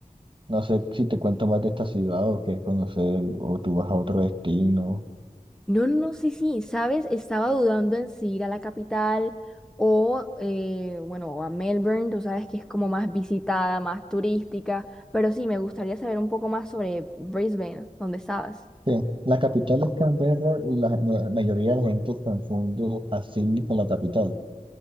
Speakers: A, on the right; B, in the centre.
A: no sé si te cuento más de esta ciudad o quieres conocer o tú vas a otro destino.
B: No, no, no, sí, sí, sabes, estaba dudando en si ir a la capital o, eh, bueno, o a Melbourne, tú sabes que es como más visitada, más turística, pero sí, me gustaría saber un poco más sobre Brisbane, donde estabas.
A: Sí, la capital es Canberra y la ma- mayoría de la gente confunde a Sydney con la capital,